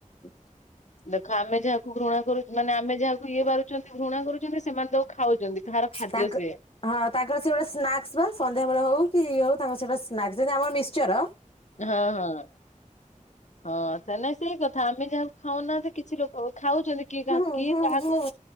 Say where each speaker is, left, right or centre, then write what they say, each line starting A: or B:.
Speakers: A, on the left (about 40°); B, on the left (about 60°).
A: <inaudible>
B: ଦେଖ ଆମେ ଯାହାକୁ ଘୃଣା କରୁ ମାନେ ଆମେ ଯାହାକୁ ଇଏ ବାରୁଛନ୍ତି ଘୃଣା କରୁଛନ୍ତି ସେମାନେ ତାକୁ ଖାଉଚନ୍ତି। ତାହାର ଖାଦ୍ୟ
A: ତାଙ୍କ
B: ସେଏ।
A: ହଁ ତାଙ୍କର ସେ ଗୋଟେ ସ୍ନାକ୍ସ ବା ସନ୍ଧ୍ୟାବେେଳେ ହଉ କି ଇଏ ହଉ। ତାଙ୍କ ସେ ଗଟା ସ୍ନାକ୍ସ ଯେମିତି ଆମର ମିଶ୍ଚର
B: ହଁ ହଁ। ହଁ ସେ ନାଇଁ ସେଇ କଥା ଆମେ ଯାହାକୁ ଖାଉନାହାନ୍ତି କିଛି ଲୋକ ଖାଉଚନ୍ତି। କି
A: ହୁଁ ହୁଁ
B: କାହାକୁ
A: ହୁଁ